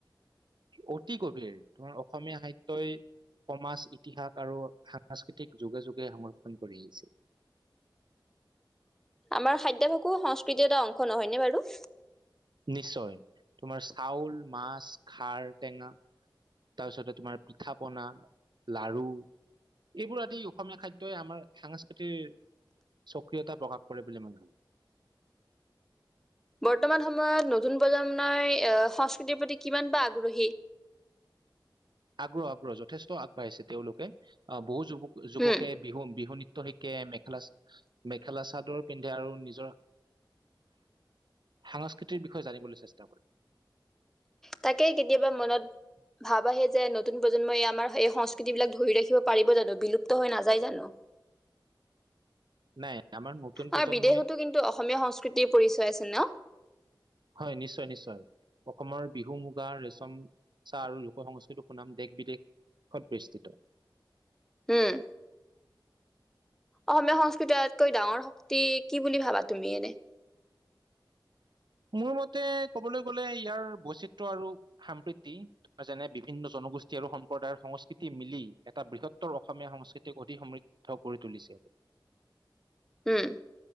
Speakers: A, on the right (about 65°); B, in the centre.
A: অতি গভীৰ তোমাৰ অসমীয়া সাহিত্যৰই সমাজ ইতিহাস আৰু সাংস্কৃতিক যোগে যোগে সংৰক্ষন কৰি আহিছে
B: আমাৰ খাদ্য সকো সংস্কৃতিৰ এটা অংশ নহয়নে বাৰু
A: নিশ্চয় তোমাৰ চাউল মাছ খাৰ টেঙা তাৰ পিছতে তোমাৰ পিঠা পনা লাৰু এইবোৰ আদি অসমীয়া খাদ্যই আমাৰ সাংস্কৃতিৰ সক্ৰিয়তা প্ৰকাশ কৰে বুলি মই ভাবো
B: বৰ্তমান সময়ত নতুন প্ৰজন্মই আহ সংস্কৃতিৰ প্ৰতি কিমান বা আগ্ৰহী
A: আগ্ৰহ আগ্ৰহ যথেষ্ট আগবাঢ়িছে তেওঁলোকে আহ বহু যুৱ যুৱকে
B: উম
A: বিহু বিহু নীতি ত শিকে মেখেলা মেখেলা চাদৰ পিন্ধে আৰু নিজৰ সাংস্কৃতিৰ বিষয়ে জানিবলৈ চেষ্টা কৰে
B: তাকেই কেতিয়াবা মনত ভাব আহে যে নতুন প্ৰজন্মই আমাৰ স সংস্কৃতি বিলাক ধৰি ৰাখিব পাৰিব জানো বিলুপ্ত হৈ নাযায় জানো
A: নাই আমাৰ নতুন
B: আৰু
A: প্ৰজন্মই
B: বিদেশতো কিন্তু অসমীয়া সংস্কৃতিৰ পৰিচয় আছে ন
A: হয় নিশ্চয় নিশ্চয় অসমৰ বিহু মুগা, ৰেচম, চাহ আৰু লোক সংস্কৃতিক সুনাম দেশ বিদেশত বিস্তৃত
B: হম অসমীয়া সংস্কৃতি আতকৈ ডাঙৰ শক্তি কি বুলি ভাবা তুমি এনে
A: মোৰ মতে কবলৈ গলে ইয়াৰ বৈচিত্ৰ আৰু সাম্প্ৰীতি যেনে বিভিন্ন জনগোষ্ঠী আৰু সম্প্ৰদায়ৰ সংস্কৃতি মিলি এটা বৃহত্তৰ অসমীয়া সংস্কৃতিক অধিক সমৃদ্ধ কৰি তুলিছে
B: উম